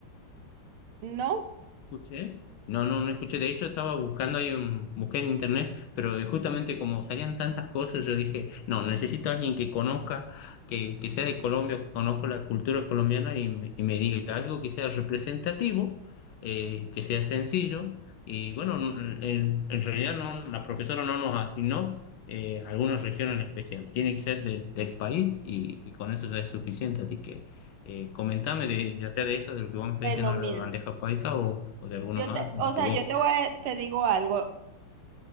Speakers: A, on the right; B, on the left.
A: No,
B: escuché. No, no, no escuché. De hecho, estaba buscando ahí, un, busqué en internet, pero eh, justamente como salían tantas cosas, yo dije, no, necesito a alguien que conozca, que, que sea de Colombia, que conozca la cultura colombiana y, me y me diga algo que sea representativo, eh, que sea sencillo. Y bueno, n- en, en realidad no, la profesora no nos asignó eh, alguna región en especial. Tiene que ser del del país y, y con eso ya es suficiente. Así que eh, comentame de, ya sea de esto, de lo que vamos a estar
A: bueno,
B: diciendo
A: mira,
B: ahora, la bandeja paisa o de alguno
A: yo
B: más
A: te, o sea,
B: que vos.
A: yo te voy a- te digo algo.